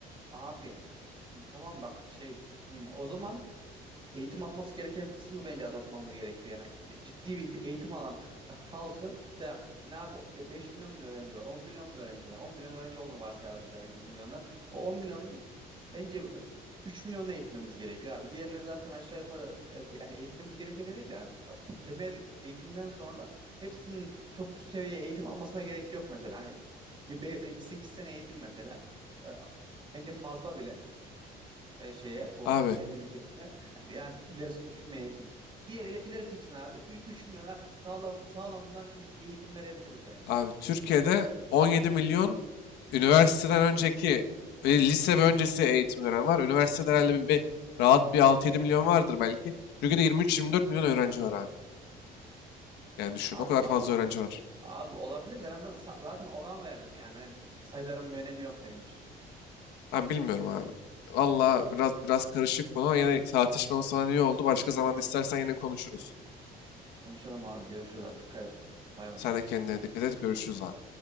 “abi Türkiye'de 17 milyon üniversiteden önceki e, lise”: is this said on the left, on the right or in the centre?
Left